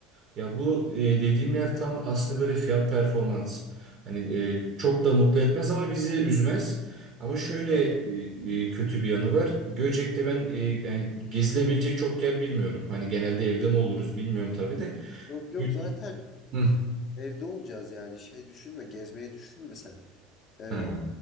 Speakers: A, on the right; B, on the left.
A: Ya bu e, dediğim yer tam aslında böyle fiyat performans. Hani e, çok da mutlu etmez ama bizi üzmez. Ama şöyle
B: Aha.
A: e, e, kötü bir yanı var. Göcek'te ben e, yani gezilebilecek çok yer bilmiyorum. Hani genelde evde mi oluruz bilmiyorum tabii de.
B: Yok yok
A: Gö-
B: zaten
A: Hı.
B: evde olacağız yani. Şey düşünme, gezmeyi düşünme sen. Ee,
A: Ha.